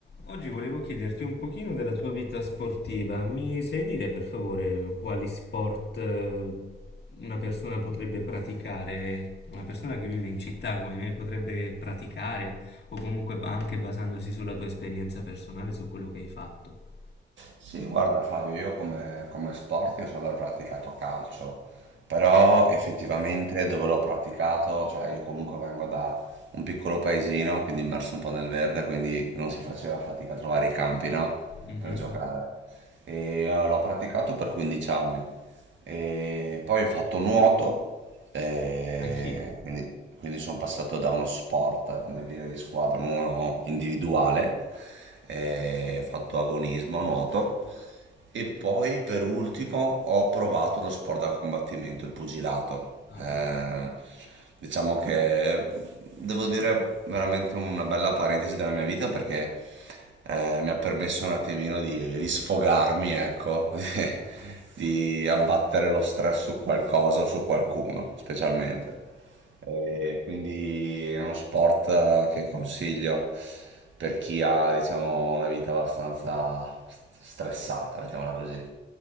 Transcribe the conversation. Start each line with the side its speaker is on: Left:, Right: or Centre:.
Left: Oggi volevo chiederti un pochino della tua vita sportiva. Mi sai dire per favore quali sport eh, una persona potrebbe praticare? Una persona che vive in città come me potrebbe praticare o comunque ba- anche basandosi sulla tua esperienza personale, su quello che hai fatto.
Right: Sì, guarda Flavio, io come, come sport io sono praticato calcio, però effettivamente dove l'ho praticato, cioè io comunque vengo da un piccolo paesino, quindi immerso un po' nel verde, quindi non si faceva fatica a trovare i campi, no?
Left: Mhm.
Right: Per giocare. E eh, l'ho praticato per 15 anni. E poi ho fatto nuoto, e
Left: Anch'io.
Right: quindi, quindi sono passato da uno sport, come dire, di squadra, uno individuale, e ho fatto agonismo, nuoto. E poi per ultimo ho provato lo sport da combattimento, il pugilato.
Left: Ah,
Right: Eh,
Left: che bello.
Right: diciamo che devo dire veramente una bella parentesi della mia vita perché eh, mi ha permesso un attimino di, di sfogarmi, ecco, <laughs> di abbattere lo stress su qualcosa o su qualcuno, specialmente. E quindi è uno sport eh, che consiglio per chi ha, diciamo, una vita abbastanza st- stressata, mettiamola così.